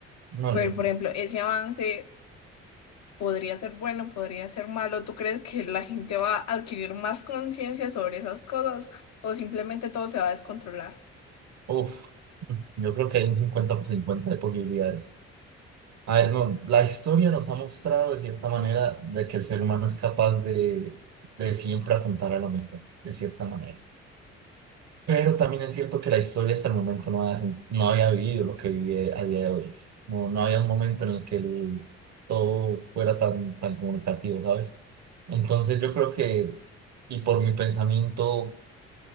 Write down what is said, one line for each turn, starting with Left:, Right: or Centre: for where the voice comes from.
Right: No,
Left: Pero,
Right: yo
Left: por ejemplo, ese avance podría ser bueno, podría ser malo. ¿Tú crees que la gente va a adquirir más conciencia sobre esas cosas o simplemente todo se va a descontrolar?
Right: Uf, yo creo que hay un 50 por 50 de posibilidades. A ver, no, la historia nos ha mostrado de cierta manera de que el ser humano es capaz de, de siempre apuntar a lo mejor, de cierta manera. Pero también es cierto que la historia hasta el momento no había, sen- no había vivido lo que vive a día de hoy. No, no había un momento en el que el- todo fuera tan, tan comunicativo, ¿sabes? Entonces yo creo que, y por mi pensamiento